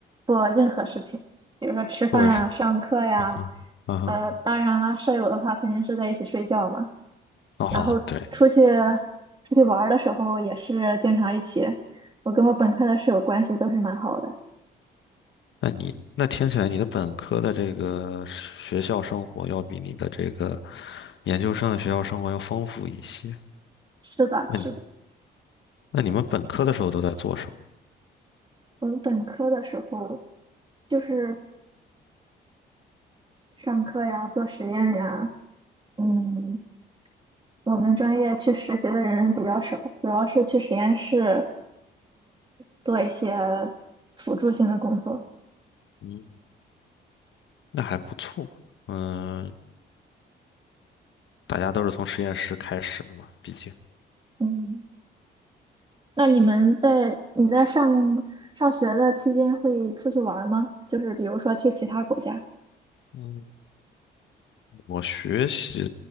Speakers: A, on the right; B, on the left.
A: 做任何事情，比如说吃饭啊、
B: 或者是
A: 上课呀。
B: 啊哈啊哈
A: 呃，当然了，舍友的话肯定是在一起睡觉嘛。
B: 啊哈，
A: 然后出去
B: 对，
A: 出去玩儿的时候也是经常一起。我跟我本科的室友关系都是蛮好的。
B: 那你那听起来你的本科的这个学校生活要比你的这个研究生的学校生活要丰富一些。
A: 是的，
B: 那你
A: 是的，
B: 那你们本科的时候都在做什么？
A: 我们本科的时候就是上课呀、做实验呀，嗯，我们专业去实习的人比较少，主要是去实验室做一些辅助性的工作。
B: 嗯，那还不错。嗯，大家都是从实验室开始的嘛，毕竟。
A: 嗯，那你们在你在上上学的期间会出去玩儿吗？就是比如说去其他国家？
B: 嗯，我学习